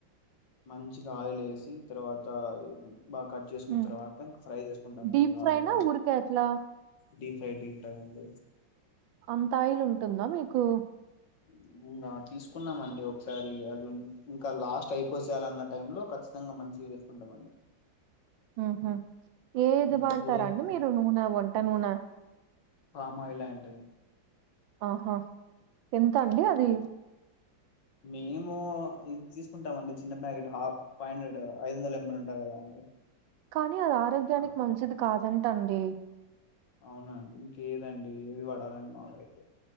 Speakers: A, on the left (about 70°); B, on the right (about 80°).
A: మంచిగా ఆయిలే వేసి తర్వాత ఏ బాగా కట్ చేసుకున్న
B: ఉమ్
A: తర్వాత ఫ్రై చేసుకుంటామండి
B: డీప్ ఫ్రైనా
A: ఆయిల్లో
B: ఊరికే అట్లా
A: డీ ఫ్రై డీ ఫ్రై అండి
B: అంతాయిల్ ఉంటుందా మీకు
A: మ్ ఇంకా తీసుకున్నామండి ఒకసారి అది ఇంకా లాస్ట్ అయిపోసేయాలన్న టైంలో ఖచ్చితంగా మంచి చేసుకుంటామండి
B: అహ ఏది
A: ఉమ్,
B: వాడతారా
A: లే
B: అండి మీరు నూనె వంట నూనె
A: పామయిలండి
B: ఆహా ఎంత అండి అది
A: మేము ఇది తీసుకుంటాంమండి చిన్న ప్యాకెట్ హాఫ్ ఫైవ్ హండ్రెడ్ ఐదు వందల ఎంఎల్ ఉంటాయి కదా అండి
B: కానీ అది ఆరోగ్యానికి
A: ఆ,
B: మంచిది కాదంటండి
A: అవునండి ఇంకేదండి ఏది వడాలండి మాముగైతే